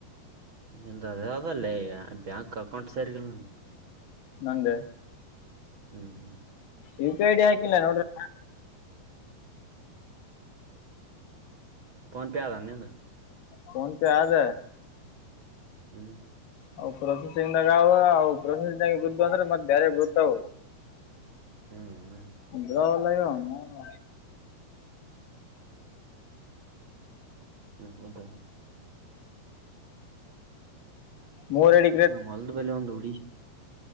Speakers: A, on the right (about 80°); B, on the left (about 65°).
A: ನಿಂದು ಅದಾವದಲ್ಲೇ ಬ್ಯಾಂಕ್ ಅಕೌಂಟ್ ಸರಿಗಿಲ್ಲ ನಗೆ
B: ನಂದೇ
A: ಹ್ಮ್ ಹ್ಮ
B: ಯು ಪ ಡಿ ಹಾಕಿಲ್ಲ ನೋಡ ರಿ
A: ಫೋನ್ ಪೇ ಆದ ಏನು ನಿಂದು.
B: ಫೋನ್ ಪೆ ಆಗ.
A: ಹ್ಮ್
B: ಅವು ಪ್ರೊಸೆಸಿಂಗ್ ದಾಗ ಅವು ಪ್ರೊಸೆಸಿಂಗ್ ಬಿದ್ದು ಅಂದ್ರೆ ಮತ್ತೆ ಬೇರೆ ಗೊತ್ತವು.
A: ಹ್ಮ್ ಹ್ಮ
B: ಬಿಳವಲ್ಲಾಗೆವ ಅವನೌನು
A: ಹೌದ್
B: ಮೂರಡಿ
A: ನಮ್ಮ್ ಹೊಲ್ದ ಬಲೆ ಒಂದ್ ಹುಡಿ